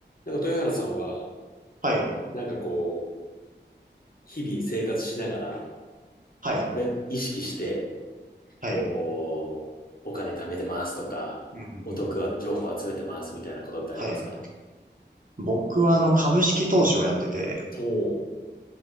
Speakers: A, on the left; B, on the right.
A: なんか豊原さんは、
B: はい、
A: なんかこう、日々生活しながら、
B: はい、
A: これ意識して、
B: はい、
A: こう、お金貯めてますとか、
B: うんうんうんうん
A: お得情報集めてますみたいなことってありますか
B: はい。僕はあの株式投資をやってて、
A: おおー、